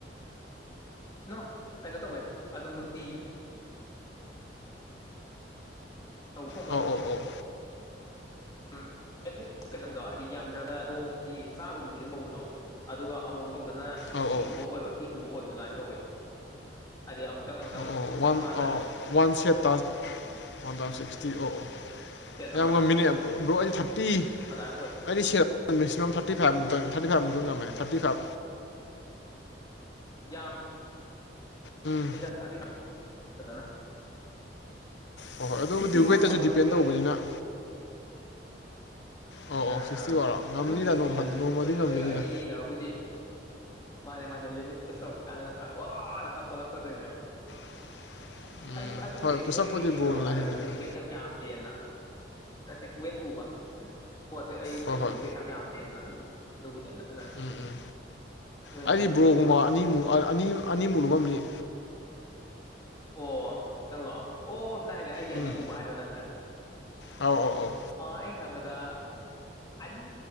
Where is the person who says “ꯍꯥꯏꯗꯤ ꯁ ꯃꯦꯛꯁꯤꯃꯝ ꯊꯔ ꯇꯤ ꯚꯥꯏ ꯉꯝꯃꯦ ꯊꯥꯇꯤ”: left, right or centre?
Left